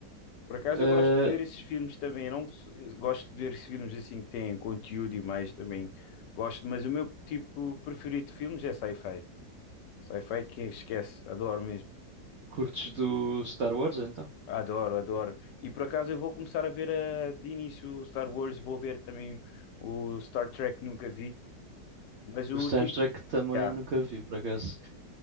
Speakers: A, on the left (about 75°); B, on the right (about 80°).
A: Por acaso
B: Eh,
A: eu gosto de ver esses filmes também. Eu não sou- eu gosto de ver esses filmes assim que têm conteúdo e mais também gosto, mas o meu tipo preferido de filmes é sci-fi. Sci-fi que esquece, adoro mesmo.
B: curtes do Star Wars então?
A: Adoro, adoro. E por acaso eu vou começar a ver eh, de início o Star Wars, vou ver também o Star Trek, nunca vi, mas o
B: O Star
A: tipo,
B: Trek também
A: yeah.
B: nunca vi, por acaso.